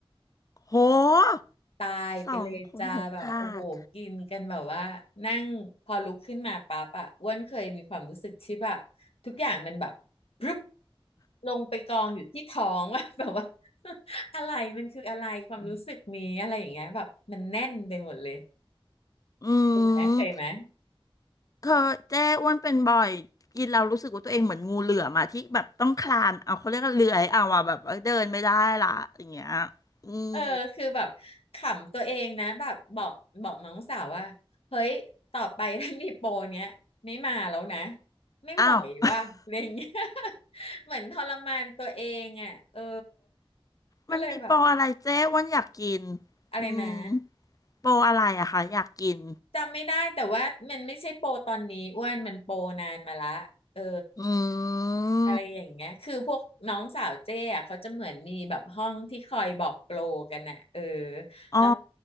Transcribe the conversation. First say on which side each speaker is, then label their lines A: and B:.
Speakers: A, on the left (about 35°); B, on the left (about 80°).
A: โห
B: ตายไปเลยจ้าแบบโอ้โหกินกันแบบว่านั่งพอลุกขึ้นมาปั๊บอะอ้วนเคยมีความรู้สึกที่แบบทุกอย่างมันแบบพรึบ
A: สองคนหกถาด
B: ลงไปกองอยู่ที่ท้อง <laughs> ว่าแบบว่า <laughs> อะไรมันคืออะไรความรู้สึกนี้อะไรอย่างเงี้ยแบบมันแน่นไปหมดเลย
A: <laughs> อื
B: นะเคยไหม
A: มเคยเจ๊อ้วนเป็นบ่อยกินแล้วรู้สึกว่าตัวเองเหมือนงูเหลือมอะที่แบบต้องคลานเอาเขาเรียกว่าเลื้อยเอาอะแบบเอ้ยเดินไม่ได้ละอย่างเงี้ยอืม
B: เออคือแบบขำตัวเองนะแบบบอกบอกน้องสาวว่าเฮ้ยต่อไปถ้ามีโปรเนี้ยไม่มาแล้วนะไม่ไหวว่ะอะไรอย่างเงี้ย
A: อ้าว <laughs>
B: <laughs> เหมือนทรมานตัวเองอ่ะเออก็เลยแบบ
A: มันมีโปรอะไรเจ๊อ้วนอยากกิน
B: อะไรนะ
A: อืมโปรอะไรอะคะอยากกิน
B: จำไม่ได้แต่ว่ามันไม่ใช่โปรตอนนี้อ้วนมันโปรนานมาละเออ
A: อืม
B: อะไรอย่างเงี้ยคือพวกน้องสาวเจ้อะเขาจะเหมือนมีแบบห้องที่คอยบอกโปรกันน่ะเออ
A: อ๋อ
B: แล้ว